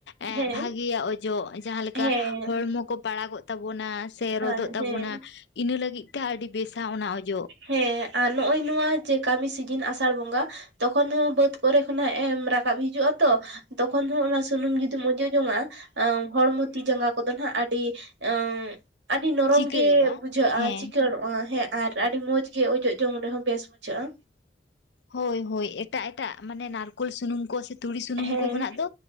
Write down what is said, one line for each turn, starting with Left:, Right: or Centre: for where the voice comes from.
Left: ᱮ
Right: ᱦᱮᱸ
Left: ᱵᱷᱟᱜᱮᱟᱜ ᱚᱡᱚᱜ ᱡᱟᱦᱟᱸ ᱞᱮᱠᱟ
Right: ᱦᱮᱸ
Left: ᱦᱚᱲᱢᱚ ᱠᱚ ᱯᱟᱲᱟᱜᱚᱜ ᱛᱟᱵᱚᱱᱟ ᱥᱮ ᱨᱚᱫᱚᱜ
Right: ᱟᱨ
Left: ᱛᱟᱵᱚᱱᱟ
Right: ᱦᱮᱸ
Left: ᱤᱱᱟᱹ ᱞᱟᱹᱜᱤᱫ ᱛᱮ ᱟᱹᱰᱤ ᱵᱮᱥᱟ ᱚᱱᱟ ᱚᱡᱚᱜ
Right: ᱦᱮᱸ ᱱᱚᱜ-ᱚᱭ ᱱᱚᱣᱟ ᱡᱮ ᱠᱟᱹᱢᱤ ᱥᱤᱡᱤᱱ ᱟᱥᱟᱲ ᱵᱚᱹᱜᱟ ᱛᱚᱠᱷᱚᱱ ᱦᱚᱸ ᱵᱟᱹᱫᱽ ᱠᱚᱨᱮ ᱠᱷᱚᱱᱟᱜ ᱮᱢ ᱨᱟᱠᱟᱵ ᱦᱤᱡᱩᱜᱼᱟ ᱛᱚ ᱛᱚᱠᱷᱚᱱ ᱦᱚᱸ ᱚᱱᱟ ᱥᱩᱱᱩᱢ ᱡᱩᱫᱤᱢ ᱚᱡᱚᱜ ᱡᱚᱝᱼᱟ ᱦᱚᱲᱢᱚ ᱛᱤ ᱡᱟᱸᱜᱟ ᱠᱚᱫᱚ ᱱᱟᱜ ᱟᱹᱰᱤ ᱚᱸ ᱟᱹᱰᱤ ᱱᱚᱨᱚᱢ
Left: ᱪᱤᱠᱟᱹᱲᱚᱜᱼᱟ
Right: ᱜᱮ ᱵᱩᱡᱷᱟᱹᱜᱼᱟ
Left: ᱦᱮᱸ
Right: ᱪᱤᱠᱟᱹᱲᱚᱜᱼᱟ ᱦᱮᱸ ᱟᱨ ᱟᱹᱰᱤ ᱢᱚᱸᱡᱽ ᱜᱮ ᱚᱡᱚᱜ ᱡᱚᱝ ᱨᱮᱦᱚᱸ ᱵᱮᱥ ᱵᱩᱡᱷᱟᱹᱜᱼᱟ
Left: ᱦᱳᱭ ᱦᱳᱭ ᱮᱸᱼᱼ ᱮᱴᱟᱜ ᱮᱴᱟᱜ ᱢᱟᱱᱮ ᱱᱟᱲᱠᱳᱞ ᱥᱩᱱᱩᱢ ᱠᱚ ᱥᱮ ᱛᱩᱲᱤ ᱥᱩᱱᱩᱢ
Right: ᱦᱮᱸ
Left: ᱠᱚ ᱠᱷᱚᱱᱟᱜ ᱫᱚ